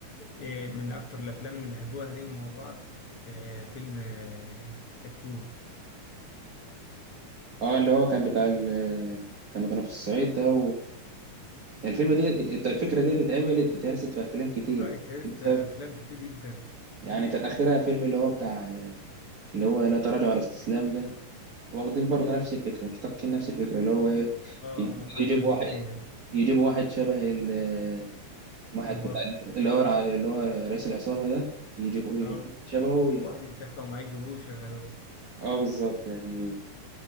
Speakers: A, on the left; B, on the right.
A: آه، من اكتر الافلام اللي بحبوها ليهم مع بعض آه، فيلم آه، كتكوت
B: اه اللي هو كان بتاع ال- كانوا كانوا في الصعيد ده يعني الفيلم دي الت- الفكرة دي اتعملت اتهرست في أفلام كتير
A: اه اتهرست
B: بسبب
A: افلام كتير جدا
B: يعني كان آخرها فيلم اللي هو بتاع اللي هو لا تراجع ولا استسلام ده واخدين برضه نفس الفكرة مشتقين نفس الفكرة اللي هو إيه
A: اه اه احمد
B: يجيب واحد
A: مكي يعني،
B: يجيب واحد شبه ال- واحد
A: البطل
B: بتاع اللي هو الع- اللي هو رئيس العصابة ده يجيبوه
A: اه
B: يجيب واحد شبهه يعني.
A: واحد يتاخد ومعاه يجيبوه وشغلوه
B: اه بالظبط يعني